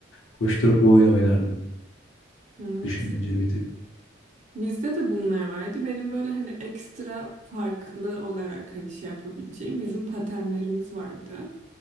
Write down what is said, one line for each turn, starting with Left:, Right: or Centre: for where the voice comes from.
Left: koşturup oyun oynardım.
Right: Evet.
Left: Düşününce bir tık.
Right: Bizde de bunlar vardı. Benim böyle hani ekstra farklı olarak hani şey yapabileceğim bizim patenlerimiz vardı.